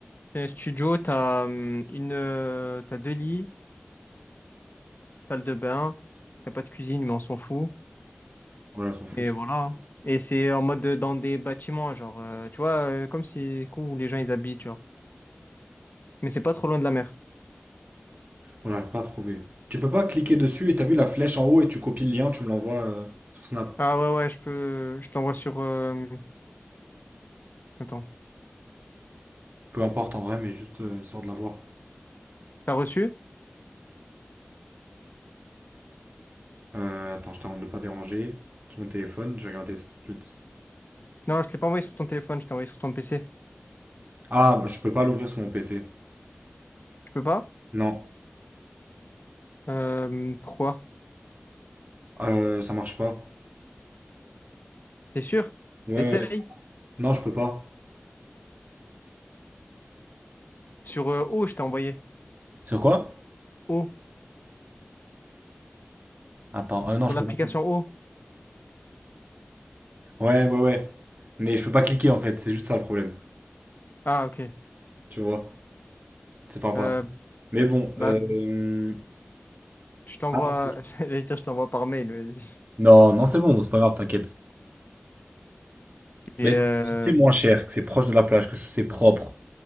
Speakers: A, on the left (about 50°); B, on the right (about 40°).
A: C'est un studio, t'as hum, une, euh, t'as deux lits, salle de bain, y a pas de cuisine, mais on s'en fout.
B: Ouais, elles s'en foutent.
A: Et voilà. Et c'est en mode euh, dans des bâtiments, genre, euh, tu vois, euh, comme si cool, où les gens ils habitent, genre. Mais c'est pas trop loin de la mer.
B: Moi, J'arrive pas à trouver. Tu peux pas cliquer dessus et t'as vu la flèche en haut et tu copies le lien, tu me l'envoies euh, sur Snap.
A: Ah ouais, ouais, je peux, je te l'envoie sur. euh, Attends,
B: Peu importe en vrai, mais juste euh, histoire de l'avoir.
A: t'as reçu?
B: Euh, attends, je t'en de pas déranger. Sur mon téléphone, j'ai regardé ça tout de suite.
A: Non, je te l'ai pas envoyé sur ton téléphone, je t'ai envoyé sur ton PC.
B: Ah, je peux pas l'ouvrir sur mon PC.
A: Tu peux pas?
B: Non,
A: Euh, pourquoi?
B: Euh, ça marche pas.
A: T'es sûr?
B: Ouais, ouais,
A: Essaye.
B: ouais. Non, je peux pas.
A: Sur euh, O, je t'ai envoyé.
B: Sur quoi?
A: O,
B: Attends, euh, non,
A: sur
B: je
A: l'application
B: peux pas cliquer.
A: O.
B: Ouais, ouais, ouais. Mais je peux pas cliquer en fait, c'est juste ça le problème.
A: Ah ok.
B: Tu vois? C'est par rapport
A: Euh,
B: à ça. Mais bon.
A: bah
B: euh,
A: Je t'envoie,
B: Ah, ok.
A: <laughs> j'allais dire, je t'envoie par mail, vas-y.
B: Non, non, c'est bon, c'est pas grave, t'inquiète.
A: Et
B: Bah écoute,
A: euh...
B: si c'est moins cher, que c'est proche de la plage, que c'est propre,